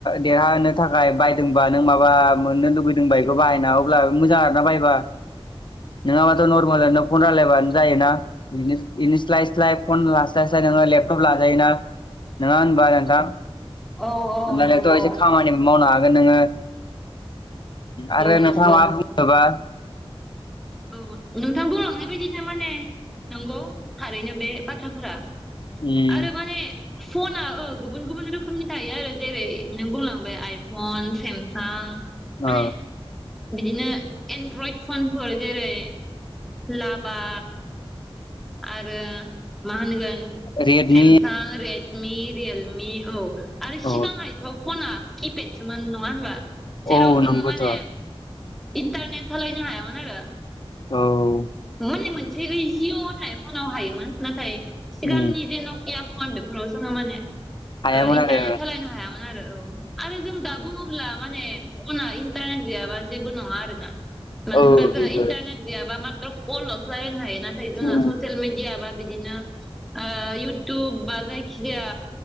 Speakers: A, on the left; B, in the centre.
A: देरहानो थाखाय बायदोंबा नों माबा मोननो लुुबैदोंबा बेखौ बाहायना अब्ला मोजां आरोना बायबा। नोंङाबाथ' नर्मेलनो फन रायलायबानो जायोनानो स्लाय स्लाय फन लास्लाय नोङो लेपटप लाजायोना नङा होनबा नोंथां?
B: औ
A: होननानैथ'
B: औ नंगौ।
A: एसे खामानिबो मावनो हागोन नोङो आरो
B: औ नंगौ
A: नोंथाङा मा बुनोबा <inaudible>
B: औ नोंथां बुंलांनाय बायदिनो माने नंगौ थारैनो बे बाथ्राफोरा।
A: उम
B: आरो माने फना ओ गुबुन गुबुन रोखोमनि थायो आरो जेरै नों बुंलांबाय आइफन सेमसां
A: आ
B: माने बिदिनो एन्ड्रइड फनफोर जेरै लाभा आरो मा होनगोन
A: Redmi
B: Samsung Redmi Realme औ आरो सिगाङहथ
A: औ
B: फना किपेडसोमोन नङा होनबा? जेराव
A: औ
B: जोङो
A: नंगौथ'
B: माने
A: औ
B: इन्टारनेट सालायनो हायामोन आरो।
A: औ
B: माने मोनसे ओइजिअ होननाय फनाव हायोमोन नाथाय सिगांनि
A: उम
B: जे नकिया फन जोङो माने
A: हायामोन
B: इन्टारनेट
A: आरो
B: सालायनो हायामोन आरो औ आरो जों दा बुङोला ला माने फना इन्टारनेट गैयाबा जेबो नङा आरो ना। मानो
A: औ
B: होनबा जोंहा
A: बेबो
B: इन्टारनेट गैयाबा माथ्र कल'लसोलायनो हायो। नाथाइ जोंओ
A: उम
B: ससियेल मिडया बा बिदिनो जोंओ ओ इउटुब बा जायखिजाया